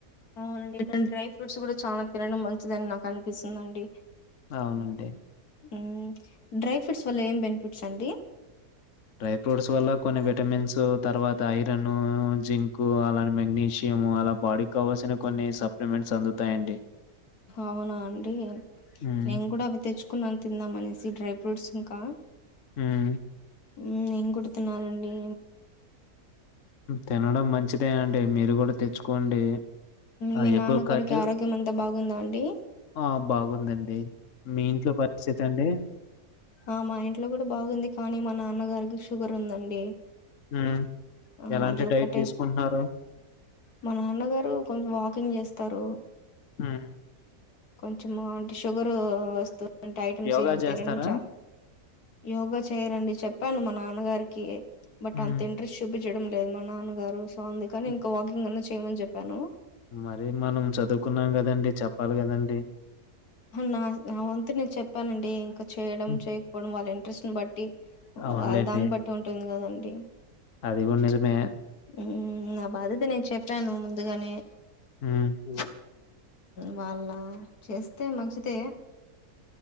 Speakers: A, on the left (about 80°); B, on the left (about 60°).
A: అవునండి ఇటువంటి డ్రై ఫ్రూట్స్ కూడా చాలా తినడం మంచిదని నాకు అనిపిస్తుందిండి.
B: అవునండి.
A: ఉమ్ డ్రై ఫ్రూట్స్ వల్ల ఏం బెనిఫిట్స్ అండి.
B: డ్రై ఫ్రూట్స్ వల్ల కొన్ని విటమిన్స్ తర్వాత ఐరన్ జింకు అలాంటి మెగ్నీషియం‌. మేము అలా బాడీ కావాల్సిన కొన్ని సప్లిమెంట్స్ అందుతాయండి.
A: అవునా అండి.
B: ఉమ్
A: నేను కూడా అవి తెచ్చుకున్నాను తిందాం అనేసి డ్రై ఫ్రూట్స్ ఇంకా.
B: హుమ్.
A: ఉమ్ నేను కూడా తినాలండి.
B: తినడం మంచిదే అండి మీరు కూడా తెచ్చుకోండి. ఆ
A: మీ నాన్నగారికి
B: ఎక్కువ ఖర్జూర్
A: ఆరోగ్యం అంతా బాగుందా అండి.
B: ఆ బాగుందండి. మీ ఇంట్లో పరిస్థితి అండి
A: ఆ మా ఇంట్లో కూడా బాగుంది కానీ మన. నాన్నగారికి షుగర్ ఉందండి.
B: హ
A: ఆ,
B: ఎలాంటి
A: అది ఒక్కటే
B: డైట్ తీసుకుంటున్నారు.
A: మా నాన్నగారు కొంచెం వాకింగ్ చేస్తారు.
B: ఉమ్
A: కొంచం అంటే షుగర్ వస్తు. అంట ఐటమ్స్
B: యోగా
A: ఏమి
B: చేస్తారా
A: తినడంచ యోగా చేయ రండి. చెప్పాను మా నాన్నగారికి బట్
B: హ్మ్.
A: అంత ఇంట్రెస్ట్ చూపించడం లేదు మా నాన్నగారు. సో అందుకని
B: హ్మ్.
A: ఇంకా వాకింగ్ అన్నా చేయమని చెప్పాను.
B: మరి మనం చదువుకున్నాం కదండి చెప్పాలి కదండి.
A: నా నా వంతు నేను చెప్పానండి ఇంకా చేయడం
B: హ్మ్.
A: చేయకపోవడం వాళ్ళ ఇంట్రెస్ట్ ని బట్టి.
B: అవును. అవునులేండి.
A: వాళ్ళ దాన్ని బట్టి ఉంటుంది కదండి.
B: అది గూడా నిజమే.
A: ఉమ్ నా బాధ్యత నేను చెప్పాను ముందుగానే.
B: హుమ్.
A: హ్మ్ వాళ్ళ చేస్తే మంచిదే.